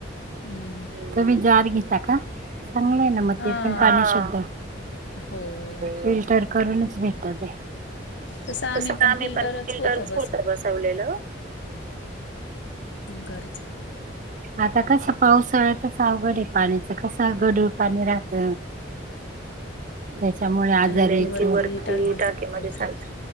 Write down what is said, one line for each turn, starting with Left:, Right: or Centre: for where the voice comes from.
Left: हम्म
Right: तुम्ही जार घेता का? चांगलं आहे ना मग
Left: हा
Right: ते पण. पाणी शुद्ध
Left: हो.
Right: फिल्टर. करूनच भेटात ते.
Left: तसं आम्ही
Right: तस काम
Left: फिल्टरच
Right: पण तरच
Left: होतं
Right: होत बसवलेलं.
Left: घरच.
Right: आता कसा पाऊस. सळतच अवघड आहे पाण्याच. कस गडूळ पाणी राहत. त्याच्यामुळे आजाराची.
Left: आलं की
Right: वरती
Left: टाकीमध्ये
Right: टाकेमध्येय
Left: टाकायचं.
Right: साच